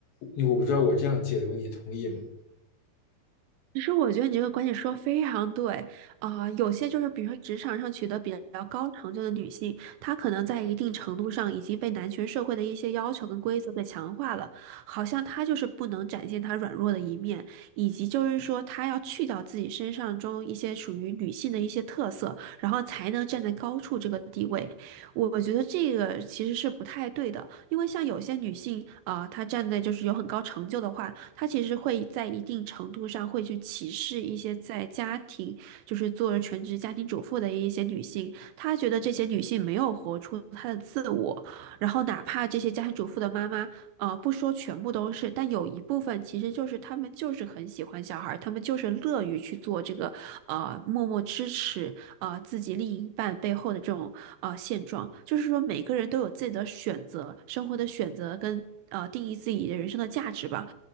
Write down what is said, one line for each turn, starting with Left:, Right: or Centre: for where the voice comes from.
Left: 你我不知道我这样解读你同意吗？
Right: 其实我觉得你这个观点说得非常对啊、有些就是比如说职场上取得比较高成就的女性，她可能在一定程度上已经被男权社会的一些要求跟规则给强化了，好像她就是不能展现她软弱的一面，以及就是说她要去掉自己身上中一些属于女性的一些特色，然后才能站在高处这个地位。我我觉得这个其实是不太对的，因为像有些女性啊、呃她站在就是有很高成就的话。他其实会在一定程度上会去歧视一些在家庭，就是做了全职家庭主妇的一些女性，他觉得这些女性没有活出她的自我，然后哪怕这些家庭主妇的妈妈，呃，不说全部都是，但有一部分其实就是她们就是很喜欢小孩儿，她们就是乐于去做这个，呃，默默支持。呃自己另一半背后的这种呃现状，就是说每个人都有自己的选择，生活的选择跟呃定义自己的人生的价值吧。